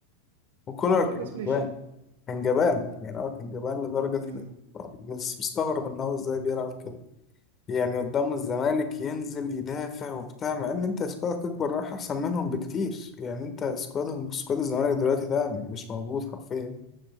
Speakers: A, on the left; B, on the right.
A: وكولر
B: ما هو خلاص
A: كان
B: ماشي
A: جبان كان جبان يعني هو كان جبان لدرجه
B: امم
A: إنك بس مستغرب ان هو ازاي بيلعب كده يعني قدام الزمالك ينزل يدافع وبتاع مع ان انت سكوادك اكبر رايح احسن منهم بكتير يعني انت سكوادهم سكواد الزمالك دلوقتي ده مش موجود حرفيا